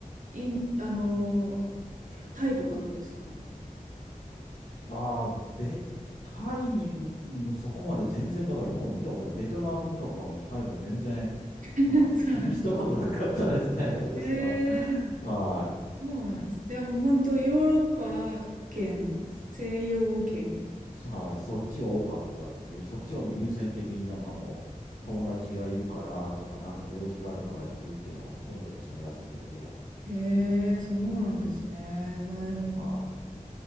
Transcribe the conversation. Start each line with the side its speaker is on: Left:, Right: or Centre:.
Right: イン、あのータイとかはどうですか
Left: ああ、ベ、タイム、うんそこまで全然、だから今まで見たことない。ベトナムとかもタイも全然、
Right: <laughs>
Left: なんか気にしたことなかったですね、
Right: そうなんですか。
Left: <laughs> 私は。
Right: ええ
Left: はい。
Right: そうなんです。じゃあもう本当、ヨーロッパ圏、西洋圏。
Left: そ、はい。そっちが多かったっていう、そっちがもう優先的になんかもう、友達がいるからとか、なんか用事があるから行くっていうのがほとんどでしたね、休みの時は。
Right: へえそうなんですね。
Left: うん。
Right: まあでも、
Left: はい。